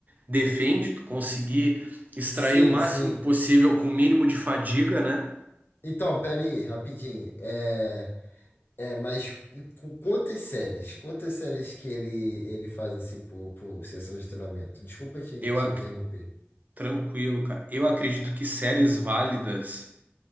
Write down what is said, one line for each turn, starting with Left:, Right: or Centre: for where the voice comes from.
Right: defende, tu conseguir extrair
Left: Sim,
Right: o máximo
Left: sim.
Right: possível com o mínimo de fadiga, né?
Left: Então, pera aí, rapidinho. É, é, mas cu- quantas séries? Quantas séries que ele, ele faz assim por, por sessão de treinamento? Desculpa te,
Right: Eu
Left: te
Right: ac-
Left: interromper.
Right: Tranquilo, cara. Eu acredito que séries válidas.